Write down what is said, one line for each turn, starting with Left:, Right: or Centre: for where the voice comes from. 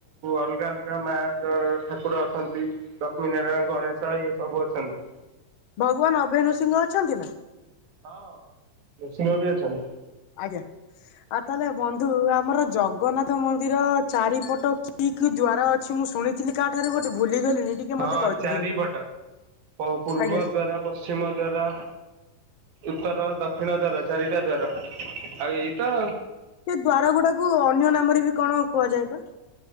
Right: ଅଲଗା ଅଲଗା ମା ଜୟ ଠାକୁର ଅଛନ୍ତି। ଲକ୍ଷ୍ମୀନାରାୟଣ ଗଣେଶ ଇଏ ସବୁ ଅଛନ୍ତି।
Left: ଭଗବାନ ଅଭୟ ନୃସିଂହ ଅଛନ୍ତି ନା।
Right: ହଁ ନୃସିଂହ ବି ଅଛନ୍ତି।
Left: ଆଜ୍ଞା ଆଉ ତାହେଲେ ବନ୍ଧୁ ଆମର ଜଗନ୍ନାଥ ମନ୍ଦିର ଚାରିପଟ କି କି ଦ୍ୱାର ଅ ମୁଁ ଶୁଣିଥିଲି କା ଠାରୁ ଗୋଟେ ଭୁଲିଗଲିଣି ଟିକେ
Right: ହଁ
Left: ମତେ କହିଦିଅନ୍ତୁ
Right: ଚାରିପଟ ପ ପୂର୍ବ
Left: ଆଜ୍ଞା।
Right: ଦ୍ଵାରା ପଶ୍ଚିମ ଦ୍ଵାରା। ଉତ୍ତର ଦକ୍ଷିଣ ଦ୍ଵାର ଚାରିଟା ଦ୍ଵାର ଆଉ ଏଇ ତ।
Left: ଏ ଦ୍ଵାର ଗୁଡାକୁ ଅନ୍ୟ ନାମରେ ବି କଣ କୁହାଯାଏ ପା।